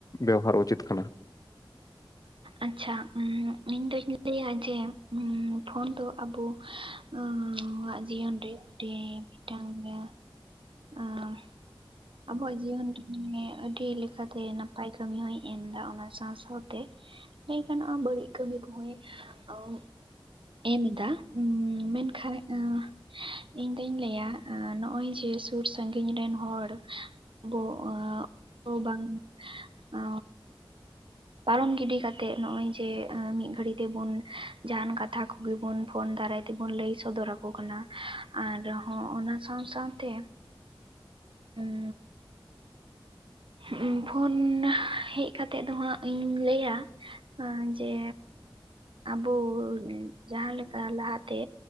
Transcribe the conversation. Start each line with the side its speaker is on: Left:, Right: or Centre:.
Left: ᱵᱮᱣᱦᱟᱨ ᱩᱪᱤᱛ ᱠᱟᱱᱟ?
Right: ᱟᱪᱪᱷᱟ ᱩᱸ ᱤᱧ ᱫᱩᱧ ᱞᱟᱹᱭᱟ ᱡᱮ ᱯᱷᱳᱱ ᱫᱚ ᱟᱵᱚ ᱩᱸᱻ ᱟᱵᱚᱣᱟᱜ ᱡᱤᱭᱚᱱ ᱨᱮ ᱱᱚᱸᱰᱮ ᱢᱤᱫᱴᱟᱝ ᱤᱭᱟᱹ ᱟᱸᱻ ᱟᱵᱚᱣᱟᱜ ᱡᱤᱭᱚᱱ ᱨᱮᱧ ᱞᱟᱹᱭᱟ ᱟᱹᱰᱤ ᱞᱮᱠᱟᱛᱮ ᱱᱟᱯᱟᱭ ᱠᱟᱹᱢᱤ ᱦᱚᱸᱭ ᱮᱢᱫᱟ᱾ ᱚᱱᱟ ᱥᱟᱶ ᱥᱟᱶᱛᱮ ᱞᱟᱹᱭ ᱜᱟᱱᱚᱜ-ᱟ ᱵᱟᱹᱲᱤᱡ ᱠᱟᱹᱢᱤ ᱠᱚᱦᱚᱸ ᱟᱸᱻ ᱮᱢᱫᱟ ᱩᱸ ᱢᱮᱱᱠᱷᱟᱱ ᱩᱸᱻ ᱤᱧ ᱫᱩᱧ ᱞᱟᱹᱭᱟ ᱱᱚᱜ-ᱚᱭ ᱡᱮ, ᱥᱩᱨ ᱥᱟᱺᱜᱤᱧ ᱨᱮᱱ ᱦᱚᱲ ᱟᱵᱚ ᱟᱻ ᱵᱟᱝ ᱚᱻ ᱯᱟᱨᱚᱢ ᱜᱤᱰᱤ ᱠᱟᱛᱮᱜ ᱱᱚᱜ-ᱚᱭ ᱡᱮ ᱢᱤᱫ ᱜᱷᱟᱹᱲᱤ ᱛᱮᱵᱩᱱ ᱡᱟᱸᱦᱟᱱ ᱠᱟᱛᱷᱟ ᱠᱚᱜᱮ ᱵᱚᱱ ᱯᱷᱳᱱ ᱫᱟᱨᱟᱭ ᱛᱮ, ᱛᱮᱵᱚᱱ ᱞᱟᱹᱭ ᱥᱚᱫᱚᱨ ᱟᱠᱚ ᱠᱟᱱᱟ ᱟᱨᱦᱚᱸ ᱚᱱᱟ ᱥᱟᱶ ᱥᱟᱶᱛᱮ ᱩᱸᱻ ᱩᱸ, ᱯᱷᱳᱱ ᱦᱮᱡ ᱠᱟᱛᱮᱜ ᱫᱚ ᱦᱟᱸᱜ ᱤᱧ ᱞᱟᱹᱭᱟ᱾ ᱮᱸ, ᱡᱮ ᱟᱵᱚ ᱡᱟᱦᱟᱸ ᱞᱮᱠᱟ ᱞᱟᱦᱟᱛᱮ